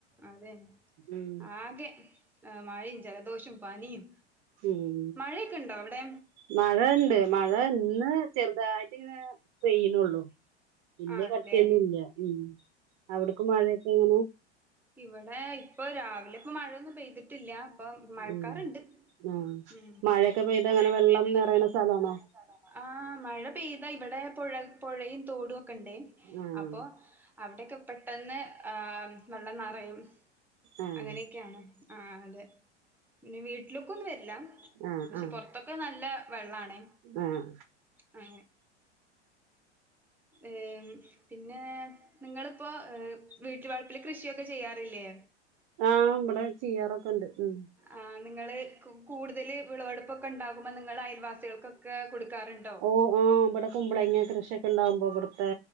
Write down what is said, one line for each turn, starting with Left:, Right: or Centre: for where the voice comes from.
Centre: അതെന്നെ
Right: ഉം
Centre: ആകെ ഏഹ് മഴിം ജെലദോഷം പനിം
Right: ഉം
Centre: മഴയൊക്കെ ഇണ്ടോ അവ്ടെ?
Right: മഴ ഇണ്ട് മഴ ഇന്ന് ചെറ്തായിട്ട് ഇങ്ങനെ പെയ്യ്ണൊള്ളു വെല്ല്യ
Centre: ആണല്ലേ
Right: കട് <unintelligible> യൊന്നും ഇല്ല ഉം അവ്ട്ക്ക് മഴയൊക്കെ എങ്ങനെ?
Centre: ഇവെടെ ഇപ്പം രാവിലെ ഇപ്പോ മഴയൊന്നും പെയ്തിട്ട് ഇല്ല ഇപ്പം മഴക്കാറ്
Right: ഉം
Centre: ഇണ്ട്
Right: ആഹ്
Centre: ഉം
Right: മഴയൊക്കെ പെയ്ത
Centre: മഴയൊക്കെ
Right: അങ്ങനെ വെള്ളം
Centre: പെയ്താ ഇങ്ങനെ
Right: നിറയണ
Centre: വെള്ളം
Right: സ്ഥലാണോ
Centre: നെറയിണ സ്ഥലാണോ? ആഹ് മഴ പെയ്താ ഇവ വടെ പുഴ പൊഴയും തോടും ഒക്കെ ഇണ്ട്
Right: ആഹ്
Centre: അപ്പോ അവിടെയൊക്കെ പെട്ടെന്ന് ആ വെള്ളനറയും
Right: ആഹ്
Centre: അങ്ങനെയൊക്കെയാണ് ആ. അതെ പിന്നെ വീട്ടിലൊക്കോന്നും വരില്ല
Right: ആഹ്
Centre: പക്ഷെ
Right: ആഹ്
Centre: പോറത്തൊക്കെ നല്ല വെള്ളാണ്
Right: ആഹ്
Centre: ആ ഏമ്മ്..... പിന്നെ നിങ്ങളിപ്പോ എഹ് വീട്ട് വളപ്പില് കൃഷിയൊക്കെ ചെയ്യാ ഇല്ലേ
Right: ആഹ് ഇവിടെ ചെയ്യാറൊക്കെ ഉണ്ട് മ്....
Centre: ആഹ് നിങ്ങള് കൂ കൂടുതൽ വിളവെടുപ്പൊക്കെ ണ്ടാകുമ്പോൾ നിങ്ങള് അയൽവാസികൾക്കൊക്കെ കൊടുക്കാറുണ്ടോ?
Right: ഓഉം ഇവിടെ കുമ്പളങ്ങ കൃഷിയൊക്കെ ഉണ്ടാവുമ്പോ ഇവിടുത്തെ